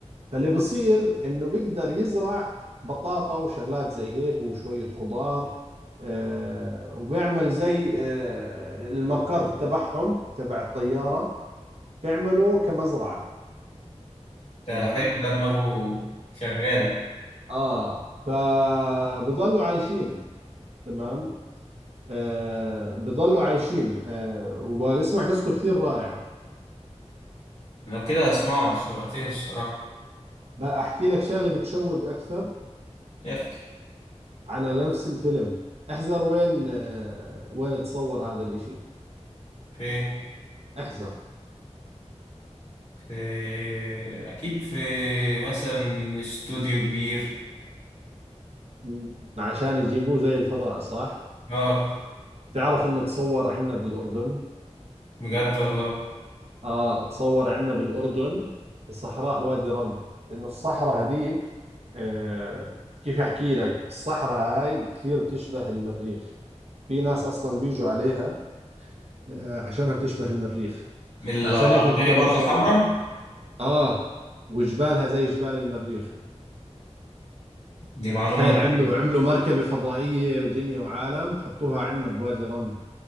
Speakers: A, on the right; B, on the left.
A: فاللي بيصير انه بيقدر يزرع بطاطا وشغلات زي هيك وشوية خضار آه وبيعمل زي آه المقر تبعهم تبع الطيارة بيعملوا كمزرعة
B: ده
A: تمام
B: حلو ده دماغه شغاله
A: اه فبضلوا عايشين تمام آه بضلوا عايشين آه واسمع قصته كثير رائعة
B: لو كده اسمعه انت شوقتني الصراحه
A: بقى احكي لك شغلة بتشوق اكثر
B: احكي
A: على نفس الفيلم احذر وين آه وين تصور هذا الاشي
B: فين
A: احذر
B: في اكيد في مثلا استوديو كبير
A: مم. عشان يجيبوه زي الفضاء صح؟
B: اه
A: تعرف انه تصور عندنا بالاردن؟
B: بجد والله
A: اه تصور عندنا بالاردن بصحراء وادي رم لانه الصحراء هذيك آه كيف احكي لك؟ الصحراء هاي كثير بتشبه المريخ، في ناس اصلا بيجوا عليها آه عشانها بتشبه المريخ،
B: الارضيه
A: فعشان هيك كثير
B: برضو
A: مصروحة.
B: حمراء
A: اه وجبالها زي جبال المريخ،
B: دي
A: يعني
B: معلومه
A: تخيل عملوا
B: جديده
A: عملوا مركبة فضائية ودنيا وعالم حطوها عندنا بوادي رم